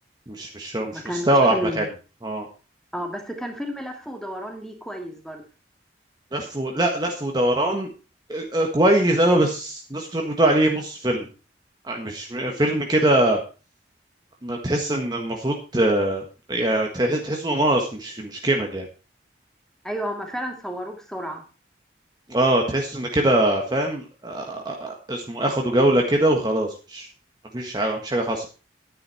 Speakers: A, on the right; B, in the centre.
A: مش مش مش
B: ما كانوش
A: مستوى
B: حلوين
A: احمد حلمي اه
B: اه بس كان فيلم لف ودوران ليه كويس برضه
A: لف و... لا لف ودوران آه، آه، كويس قوي بس ناس كتير بتقول عليه نص فيلم يعني مش م- فيلم كده ما تحس ان المفروض آه، يعني تحس تحس انه ناقص مش مش كامل يعني
B: ايوه هما فعلا صوروه بسرعة
A: اه تحس ان كده فاهم آه، آه، آه، اسمه اخدوا جولة كده وخلاص مش مفيش حاجة مش حاجة حصلت